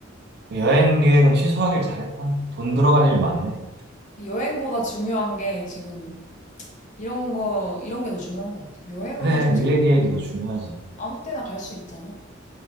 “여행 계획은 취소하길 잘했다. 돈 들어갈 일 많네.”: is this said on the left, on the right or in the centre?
Right